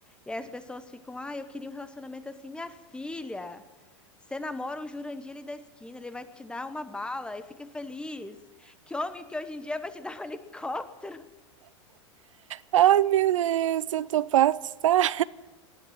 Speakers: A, in the centre; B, on the right (about 75°).
A: E aí as pessoas ficam, ah, eu queria um relacionamento assim, minha filha. Você namora o Jurandir ali da esquina, ele vai te dar uma bala e fica feliz. Que homem que hoje em dia vai te dar um <laughs> helicóptero?
B: Ai, meu Deus, eu tô passada.